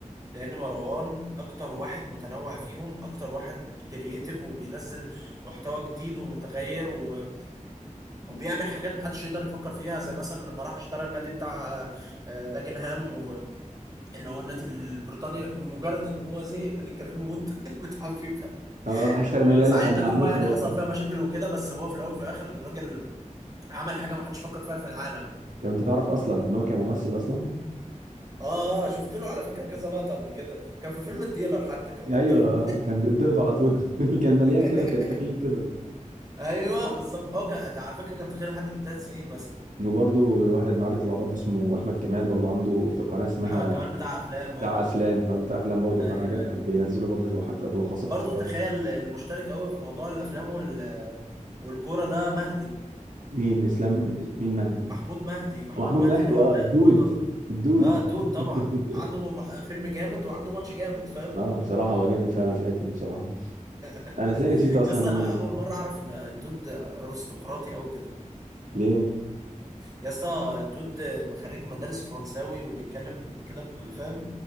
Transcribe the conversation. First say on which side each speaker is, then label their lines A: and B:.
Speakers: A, on the right (about 30°); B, on the right (about 80°).
A: لان مروان اكتر واحد متنوع فيهم اكتر واحد كرييتيف وبينزل محتوى جديد ومتغير و... وبيعمل حاجات محدش يقدر يفكر فيها زي مثلا لما راح اشترى النادي بتاع آه، داجنهام و... اللي هو النادي البريطاني مجرد ان هو زهق من الكارير مود <laughs> بتاع فيفا
B: اه راح اشترى نادي قال
A: ساعات
B: لك انا
A: التجربة
B: هعمله
A: يعني
B: في الواقع
A: حصل فيها مشاكل وكده بس هو في الاول وفي الاخر الراجل عمل حاجة محدش فكر فيها في العالم
B: طب انت تعرف اصلا ان هو كان ممثل اصلا
A: اه اه شفت له على فكرة كذا لقطة قبل كده كان في فيلم الديلر حتى كان بيتضرب
B: ايوه آه، كان بيتضرب على طول <laughs> كان مليان
A: <laughs>
B: كده وكان تخين كده
A: ايوه بالظبط هو كان أنت على فكره كان تخيل حد من ثلاث سنين مثلا
B: وبرضه واحد معاه بيطلع برضه اسمه احمد كمال برضه عنده في قناه
A: <laughs>
B: اسمها
A: محمد كمال بتاع افلام اه
B: بتاع افلام قناه بتاع افلام برضه
A: ايوه
B: كان جا-
A: ايوه
B: بينزلوا برضه شو حتى بلخصات
A: برضه
B: افلام
A: تخيل اللي مشترك قوي في موضوع الافلام وال والكوره ده مهدي
B: مين اسلام مين مهدي
A: محمود مهدي محمود
B: محمود
A: مهدي
B: مهدي
A: اللي هو
B: اه
A: بتاع
B: الدود
A: البيضه ده
B: الدود
A: اه دود طبعا
B: <laughs>
A: عنده مح... فيلم جامد وعنده ماتش جامد فاهم
B: اه بصراحه هو جامد فعلا في الحته دي بصراحه
A: <laughs>
B: انا ازاي نسيت اصلا
A: يا اسطى
B: اقول
A: انا
B: لو
A: اول مره اعرف ان الدود ارستقراطي قوي كده
B: ليه
A: يا اسطى الدود خريج مدارس فرنساوي وبيتكلم كده ب- فاهم